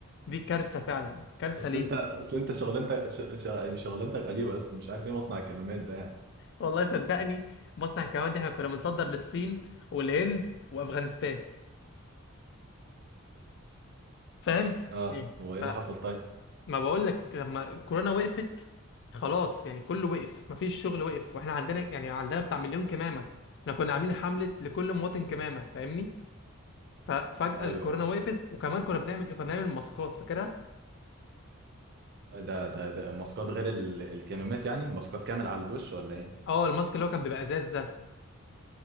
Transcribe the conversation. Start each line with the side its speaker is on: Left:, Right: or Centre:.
Left: دي كارثه فعلا كارثه
Right: اصل
Left: ليه
Right: انت اصل انت شغلانتك ش- ش- يعني شغلانتك غريبه بس مش عارف ايه مصنع الكمامات ده يعني
Left: والله صدقني مصنع الكمامات دي احنا كنا بنصدر للصين والهند وافغانستان فاهم
Right: اه
Left: مم.
Right: هو ايه
Left: فما
Right: اللي حصل طيب
Left: بقول لك لما الكورونا وقفت خلاص يعني كله وقف مفيش شغل وقف واحنا عندنا يعني عندنا بتاع مليون كمامه احنا كنا عاملين حمله لكل مواطن كمامه فاهمني ففجاه
Right: ايوه
Left: الكورونا
Right: ايوه
Left: وقفت وكمان كنا بنعمل ايه كنا بنعمل ماسكات فاكرها
Right: ده ده ده ماسكات غير ال- الكمامات يعني ماسكات كامل على الوش ولا ايه
Left: اه الماسك اللي هو كان بيبقى ازاز ده